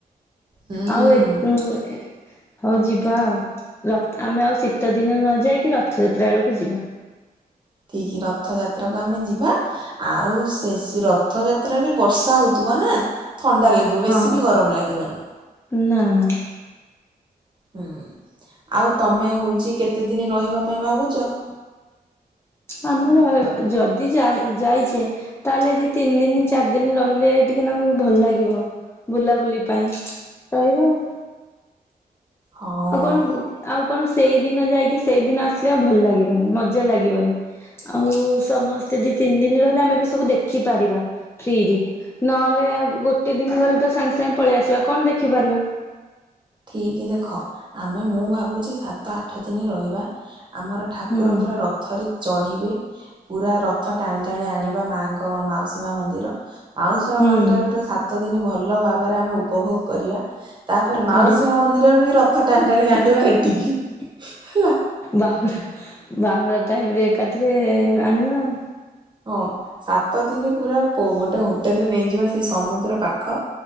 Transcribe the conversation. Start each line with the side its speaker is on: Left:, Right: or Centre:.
Right: ହୁଁ
Left: ଆଉ ଏ <unintelligible> ହଉ ଯିବା ଆଉ ରଥ ଆମେ ଆଉ ଶୀତଦିନରେ ନ ଯାଇକି ରଥଯାତ୍ରା ଓଳକୁ ଯିବା।
Right: ଠିକି ରଥ ଯାତ୍ରାକୁ ଆମେ ଯିବା ଆଉ ସେ ରଥ ଯାତ୍ରା ବି ବର୍ଷା ହଉଥିବ ନା ଥଣ୍ଡା ଲା ବ
Left: ହଁ
Right: ବେଶୀ ବି ଗରମ ଲାଗିବନି।
Left: ନା ନା।
Right: ହୁଁ ଆଉ ତମେ ହୋଉଛି କେତେଦିନ ରହିବା ପାଇଁ ଭାବୁଛ?
Left: ଆମେ ରହିବା ଯା ଯଦି ଯାଇଛେ। ତାହେଲେ ଦି ତିନି ଦିନ ଚାରି ଦିନ ରହିଲେ ଟିକେ ତାଙ୍କୁ ଭଲ ଲାଗିବ। ବୁଲାବୁଲି ପାଇଁ ରହିଵା ଆଉ।
Right: ହଁ
Left: ଆଉ କଣ ଆଉ କଣ ସେଇ ଦିନ ଯାଇକି ସେଇଦିନ ଆସିଲେ ଆଉ ଭଲ ଲାଗିବନି ମଜା ଲାଗିବନି। ଆଉ ସମସ୍ତେ ଦି ତିନି ଦିନ ରହିଲେ ଆମେ ବି ସବୁ ଦେଖିପାରିବା ଫ୍ରିରେ। ନହେଲେ ଆଉ ଗୋଟେ ଦିନ ଗଲେ ତ ସାଙ୍ଗେ ସାଙ୍ଗେ ପଳେଇ ଆସିବା କଣ ଦେଖିପାରିବା।
Right: ଠିକ ଦେଖ ଆମେ ମୁଁ ଭାବୁଛି ସାତ ଆଠ ଦିନ ରହିବା ଆମର ଠାକୁର
Left: ହୁଁ
Right: ପୁରା ରଥରେ ଚଢିବେ ପୁରା ରଥ ଟାଣି ଟାଣି ଆଣିବା ମାଙ୍କ ମାଉସୀ ମା ମନ୍ଦିର ଆଉ
Left: ହୁଁ
Right: ମନ୍ଦିରରେ ପୁରା ସାତ ଦିନ ଭଲ ଭାବରେ ଆମେ ଉପଭୋଗ କରିବା। ତାପରେ ମାଉସୀ
Left: କରିବା
Right: ମା ମନ୍ଦିରରୁ ବି ରଥ ଟାଣି ଟାଣି ଆଣିବା ଏଠିକି ହେଲା।
Left: ବାହୁଡ଼ା ବାହୁଡ଼ା ଟାଇମ୍ ଏକାଥରେ ଆଣିବା ଆଉ।
Right: ହଁ ସାତ ଦିନ ପୁରା ଗୋଟେ ହୋଟେଲେ ନେଇଯିବା ସେଇ ସମୁଦ୍ର ପାଖ